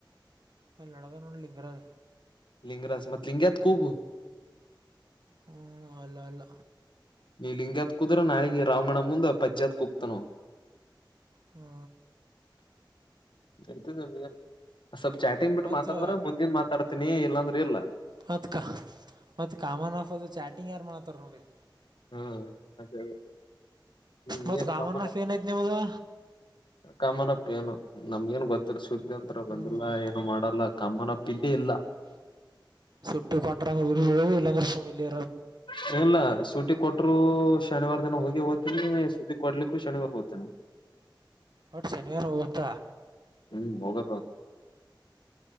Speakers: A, on the right (about 55°); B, on the left (about 70°).
A: ಹಲ್ಲಡದ ನು ಲಿಂಗರದ
B: ಲಿಂಗರಾಜ ಮತ್ ಲಿಂಗತ್ ಕೂಗು
A: ಹ್ಮ್ ಅಲ್ಲ ಅಲ್ಲ
B: ನೀ ಲಿಂಗತ್ ಕುದ್ರೆ ನಾಳಿಗೆ ರಾವಣ ಮುಂದೆ ಪಜ್ಜತ್ ಕುೂಗ್ತಾನ
A: ಹ್ಞೂ
B: ಆಯ್ತ ನಿಮ ಸ್ವಲ್ಪ್ ಚಾಟಿಂಗ್ ಬಿಟ್ಟು
A: ಮತ್ತು
B: ಮಾತಾಡದ್ರ ಮುಂದನ್ ಮಾತಾಡ್ತೀನಿ ಇಲ್ಲಾಂದ್ರೆ ಇಲ್ಲಾ
A: ಮತ್ ಕ ಮತ್ ಕಾಮನ್ ಆಫ್ ಅದು ಚಾಟಿಂಗ್ ಯಾರು ಮಾಡತ್ತಾರ ನೋಡರಿ
B: ಹ್ಮ ಅದೇ ಅದೇ ಹ್ಮ್
A: ಮತ್ತು
B: ಏನ್ ಕಾಮನ್
A: ಆಫ್ ಏನೈತೆ ನಿಮ್ಮದು
B: ಕಾಮನ್ಪ್ ಏನು ನಮ್ಗ ನ್ ಗೊತ್ತಿರ್ ಸ್ದಾಂತ್ರ
A: ಹ್ಞೂ
B: ಬಂದಿಲ್ಲಾ ಏನು ಮಾಡಲ್ಲ ಕಮ್ಮನಪ್ಪಲ್ಲಿ ಇಲ್ಲ
A: ಸಟ್ಟ ಕಟ ಇಲ್ಲಂದರ ಸಮ ಇಲ್ಲಿ
B: ಹ್ಣ ಸೂಟಿ ಕೊಟ್ಟರು ಶನಿವಾರ ದನ ಹೋಗಿ ಹೋಗ್ತೇನಿ ಶೂಟಿ ಕೊಡ್ಲಿಕ್ಕೂ ಶನಿವಾರ ಹೋಗ್ತೇನೆಿ
A: ಒಟ್ಟು ಶನಿವಾರ ವತ್ತ
B: ಹ್ಮ್ ಹೋಗದು